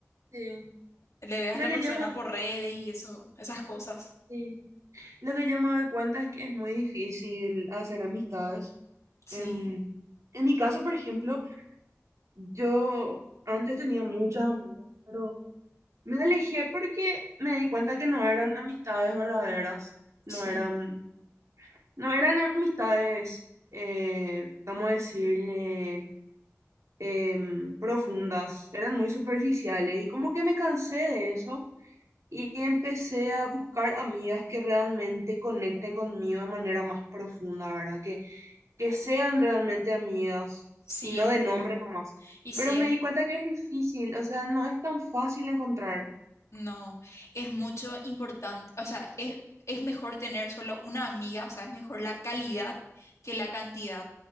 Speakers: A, on the right; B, on the left.
A: Sí,
B: le veas
A: Lo
B: a la
A: que
B: persona
A: yo me,
B: por redes y eso, esas cosas.
A: sí, Lo que yo me doy cuenta es que es muy difícil hacer amistades.
B: Sí,
A: En, en mi caso, por ejemplo, yo antes tenía muchas amigas, pero me alejé porque me di cuenta que no eran amistades verdaderas, no
B: sí,
A: eran No, eran amistades, eh, vamos a decirle, em, profundas, eran muy superficiales y como que me cansé de eso y empecé a buscar amigas que realmente conecten conmigo de manera más profunda, ¿verdad? Que, que sean realmente amigas
B: sí,
A: y no de nombre nomás.
B: y sí.
A: Pero me
B: es
A: di cuenta que es difícil, o sea, no es tan fácil encontrar.
B: No, es mucho importante, o sea, es, es mejor tener solo una amiga, o sea, es mejor la calidad que la cantidad,